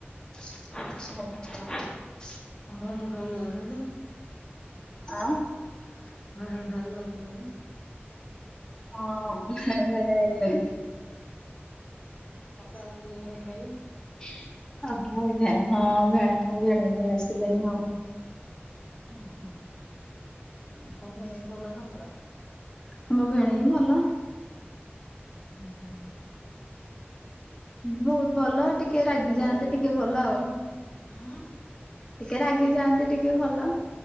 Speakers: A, on the left (about 20°); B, on the left (about 40°).
A: <unintelligible>
B: ଭିଣେଇ ଭାଇ ଆଇଲେଣି ଭିଣେଇ
A: ଆ
B: ଭାଇ ଆଇଲେଣି?
A: ହଁ ଭିଣେଇ ଭାଇ ଆଇଲେଣି।
B: ପାକଳା ମୁଣ୍ଡେଇ ଭିଣେଇ ଭାଇ।
A: <unintelligible>
B: ହୁଁ ହୁଁ ତମ ଭିଣେଇ ଭଲ ନା ଖରାପ?
A: ତମ ଭିଣେଇ ଭଲ।
B: ହୁଁ ହୁଁ।
A: ବହୁତ ଭଲ ଟିକେ
B: କଣ
A: ରାଗି
B: ପଚାରିଲ
A: ଯାଆନ୍ତି ଟିକେ ଭଲ ଆଉ।
B: ଉଁ
A: ଟିକେ ରାଗି ଯାଆନ୍ତି ଟିକେ ଭଲ।